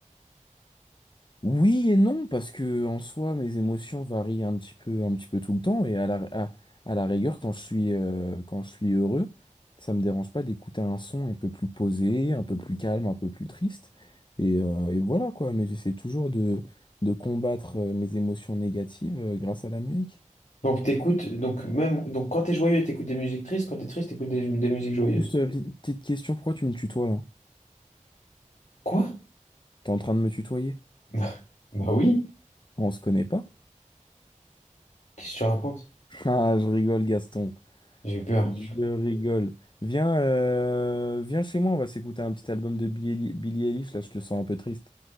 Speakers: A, on the left (about 35°); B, on the left (about 60°).
A: Oui et non, parce que en soi, mes émotions varient un petit peu, un petit peu tout le temps, et à la, à, à la rigueur, quand je suis, euh, quand je suis heureux, ça me dérange pas d'écouter un son un peu plus posé, un peu plus calme, un peu plus triste, et, euh, et voilà quoi, mais j'essaie toujours de, de combattre euh, mes émotions négatives, euh, grâce à la musique.
B: Donc t'écoutes, donc même, donc quand t'es joyeux, t'écoutes des musiques tristes, quand t'es triste, t'écoutes des, des musiques joyeuses.
A: Juste, euh, petite petite question, pourquoi tu me tutoies là?
B: Quoi?
A: T'es en train de me tutoyer?
B: <laughs> Bah oui,
A: On se connaît pas?
B: qu'est-ce que tu racontes?
A: <laughs> Ah, je rigole, Gaston.
B: J'ai eu peur.
A: Je rigole. Viens, euh, viens chez moi, on va s'écouter un petit album de Billie Billie Eilish, là, je te sens un peu triste.